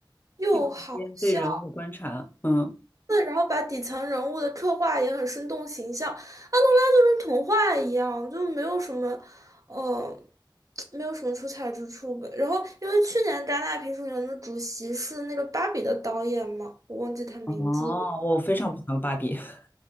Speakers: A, on the right (about 40°); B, on the left (about 25°).
A: 又好。
B: 一种间对人物的观察，
A: 笑。
B: 嗯，
A: 对，然后把底层人物的刻画也很生动形象。安东拉就跟童话一样，就没有什么，呃，没有什么出彩之处吧。然后，因为去年戛纳评审团的主席是那个《芭比》的导演嘛，我忘记他名字了。
B: 哦，我非常不喜欢芭比，<laughs>